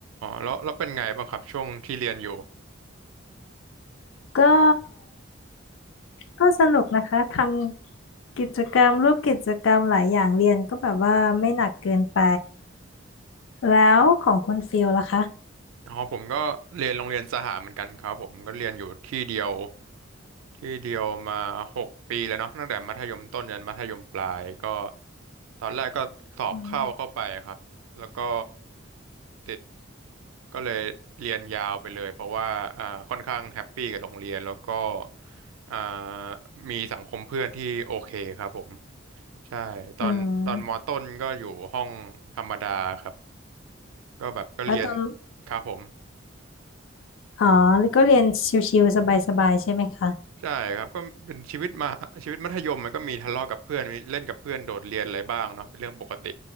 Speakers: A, on the right; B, on the left.
A: แล้วแล้วเป็นไงบ้างครับช่วงที่เรียนอยู่
B: ก็ก็สนุกนะคะทำกิจกรรมรูปกิจกรรมหลายอย่างเรียนก็แบบว่าไม่หนักเกินไปแล้วของคุณฟิลล่ะคะ
A: อ๋อผมก็เรียนโรงเรียนสหเหมือนกันครับผมก็เรียนอยู่ที่เดียวที่เดียวมาหกปีแล้วเนาะตั้งแต่มัธยมต้นยันมัธยมปลายก็ตอนแรกก็สอบเข้าเข้าไปครับแล้วก็
B: อืม
A: ติดก็เลยเรียนยาวไปเลยเพราะว่าอ่าค่อนข้างแฮปปี้กับโรงเรียนแล้วก็อ่ามีสังคมเพื่อนที่โอเคครับผมใช่ตอนตอนมอต้นก็อยู่ห้องธรรมดาครับ
B: อืม
A: ก็แบบก็เรียน
B: แล้วตอน
A: ครับผม
B: อ๋อแล้วก็เรียนชิวๆสบายๆใช่ไหมคะ
A: ใช่ครับก็เป็นชีวิตมาชีวิตมัธยมมันก็มีทะเลาะกับเพื่อนมีเล่นกับเพื่อนโดดเรียนอะไรบ้างเนาะเป็นเรื่องปกติ